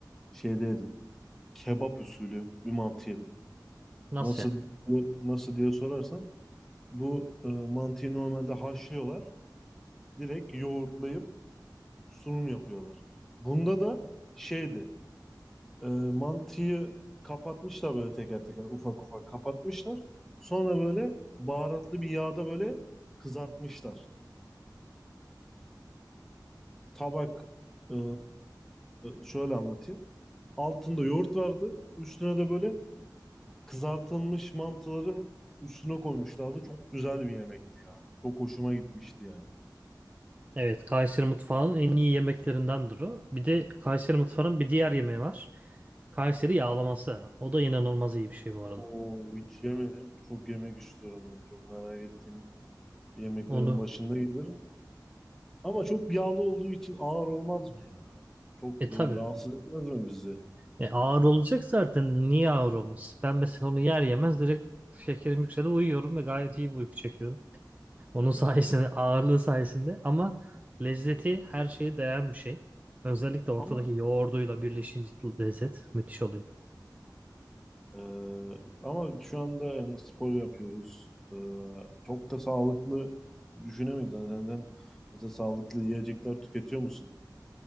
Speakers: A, in the centre; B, on the right.
A: şeyde yedim. Kebap usulü bir mantı yedim.
B: Nasıl
A: Nasıl
B: yani?
A: nasıl diye sorarsan bu e, mantıyı normalde haşlıyorlar. Direkt yoğurtlayıp sunum yapıyorlar. Bunda da şeydi. E, mantıyı kapatmışlar böyle teker teker ufak ufak kapatmışlar. Sonra böyle baharatlı bir yağda böyle kızartmışlar. Tabak e, şöyle anlatayım. Altında yoğurt vardı. Üstüne de böyle kızartılmış mantıları üstüne koymuşlardı. Çok güzel bir yemekti ya. Çok hoşuma gitmişti yani.
B: Evet, Kayseri mutfağının en iyi yemeklerindendir o. Bir de Kayseri mutfağının bir diğer yemeği var. Kayseri yağlaması. O da inanılmaz iyi bir şey bu arada.
A: Oo, hiç yemedim. Çok yemek istiyorum ben. Çok merak ettiğim yemeklerin
B: Onu
A: başında gelirim. Ama çok yağlı olduğu için ağır olmaz mı ya? Çok
B: e
A: e,
B: tabii.
A: rahatsız etmez mi bizi?
B: E, ağır
A: Hmm.
B: olacak zaten. Niye ağır olmuş? Ben mesela onu yer yemez direkt şekerim yükseldi uyuyorum ve gayet iyi bir uyku çekiyorum. Onun sayesinde, ağırlığı sayesinde ama lezzeti her şeye değen bir şey. Özellikle ortadaki
A: Ama
B: yoğurduyla birleşince lezzet müthiş oluyor.
A: e, ama şu anda yani spor yapıyoruz. E, çok da sağlıklı düşünemeyiz. Yani sen sen mesela sağlıklı yiyecekler tüketiyor musun?